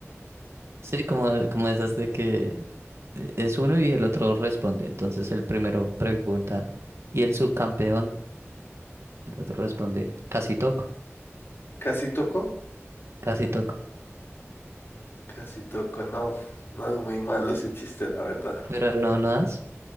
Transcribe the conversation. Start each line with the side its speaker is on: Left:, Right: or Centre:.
Right: sí, como, como esas de que eh, es uno y el otro responde. Entonces el primero pregunta, ¿y el subcampeón? El otro responde, casi toco,
Left: ¿Casi tocó?
Right: casi toco.
Left: Casi tocó, no. No es muy malo ese chiste, la verdad.
Right: Pero no, no das.